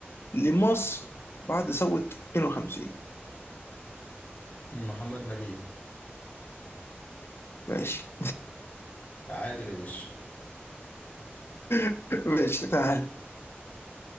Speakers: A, on the left (about 70°); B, on the left (about 40°).
A: لمصر بعد ثوره 52
B: محمد نجيب
A: ماشي
B: تعادل يا باشا
A: <laughs> ماشي تعالى